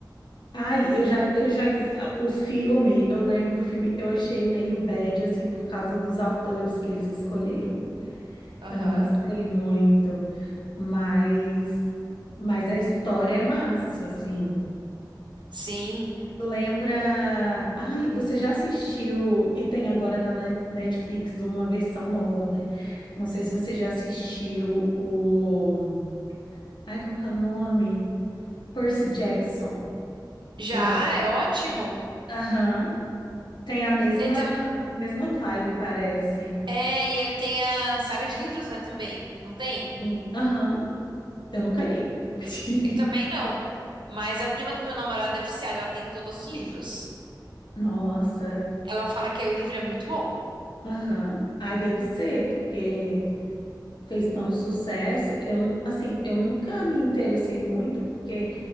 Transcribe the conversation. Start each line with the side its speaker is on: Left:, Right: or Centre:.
Left: Ai, eu já, eu já quis. ah, O filme, eu lembro do filme, eu achei meio bad, assim, por causa dos autores que eles escolheram.
Right: Aham.
Left: Eu não gostei muito, mas, mas a história é massa, assim.
Right: Sim.
Left: Lembra. Ai, você já assistiu, e tem agora na Le- Netflix uma versão nova, né? Não sei se você já assistiu o. Ai, como que é o nome? Percy Jackson.
Right: Já
Left: O
Right: é ótimo.
Left: Aham. Tem a mesma,
Right: Ele tam...
Left: a mesma vibe, parece.
Right: É, e ele tem a saga de livros, né, também. Não tem?
Left: Sim. Aham. Eu nunca li. <laughs>
Right: Eu também não. Mas a prima do meu namorado é viciada, ela tem todos os livros.
Left: Nossa.
Right: Ela fala que o livro é muito bom.
Left: Aham. Ai, deve ser, porque fez tanto sucesso. Eu, assim, eu nunca me interessei muito, porque